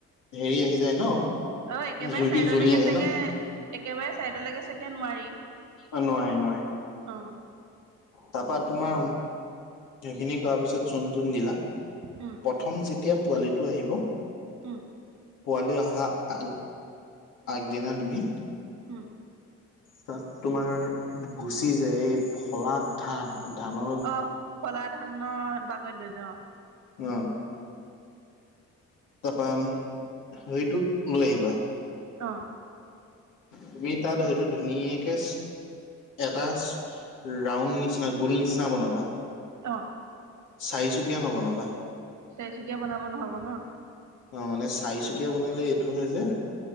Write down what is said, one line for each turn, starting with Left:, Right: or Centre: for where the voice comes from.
Left: হেৰি আহি যায় ন
Right: আৰু একেবাৰে
Left: জুইটো
Right: চাইডলৈকে
Left: জ্বলি আহে
Right: চাগে
Left: ন।
Right: একেবাৰে চাইডলৈকে চাগে নোৱাৰি
Left: অ নোৱাই নোৱাই।
Right: অ।
Left: তাৰপা তোমাৰ সেইখিনি কৰাৰ পিছত চূণ তুণ দিলা।
Right: উম
Left: প্ৰথম যেতিয়া পোৱালিটো আহিব
Right: উম
Left: পোৱালি অহা। হা আ আগদনাা তুমি।
Right: উম।
Left: তাত তোমাৰ ভুচি যায় এই ফলা ধান। ধানৰ
Right: অ ফলা ধানৰ বাগৰিত লৈ যাওঁ।
Left: অ। তাৰপা হেৰিটো লৈ আহিবা।
Right: অ।
Left: তুমি তাত হয়তো ধুনীয়াকে। এটা ৰাউণ্ড নিচিনা গল নিচিনা বনাবা।
Right: অ।
Left: চাৰি ছোকিয়া নবনাবা।
Right: চাৰচুকীয়া বনাব নহব ন।
Left: অ মানে চাই চুকীয়া বনালে এইটো হয় যে।